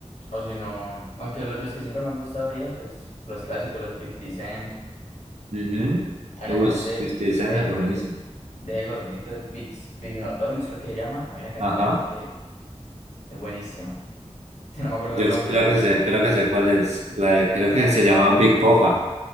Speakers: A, on the left; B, on the right.
A: O si no, aunque lo- los que siempre me han gustado ellos, pues los clásicos, los Fifty Cent.
B: mhm
A: Hay una canción
B: es
A: de, de,
B: buenísimo.
A: de Gordito, el Big, Big Notorious, creo que se llama. Hay una canción
B: Ajá.
A: de Emma que es buenísima. <laughs> No me acuerdo
B: Yo
A: el nombre,
B: creo
A: pero
B: que
A: es buenísima.
B: sé, creo que sé cuál es. La de- creo que se llama Big Popa.